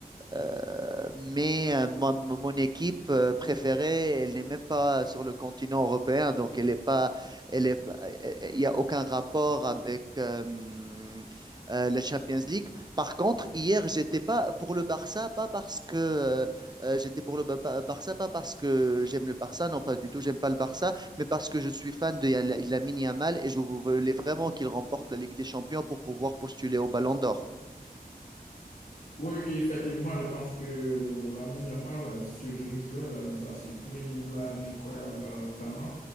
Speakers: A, on the right (about 25°); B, on the left (about 60°).
A: Euh, mais euh, mon, mon équipe euh, préférée, elle n'est même pas sur le continent européen, donc elle est pas, elle est, pas- euh, euh, il y a aucun rapport avec euh, euh, la Champions League. Par contre, hier, j'étais pas pour le Barça, pas parce que euh, euh, j'étais pour le Ba- Ba- Barça, pas parce que j'aime le Barça, non pas du tout, j'aime pas le Barça, mais parce que je suis fan de Yala- Lamine Yamal et je voulais vraiment qu'il remporte la Ligue des Champions pour pouvoir postuler au Ballon d'Or.
B: Oui, oui, effectivement, je pense que l'ami Yamal, ce jeune joueur, nous a surpris. Il a un incroyable euh, talent.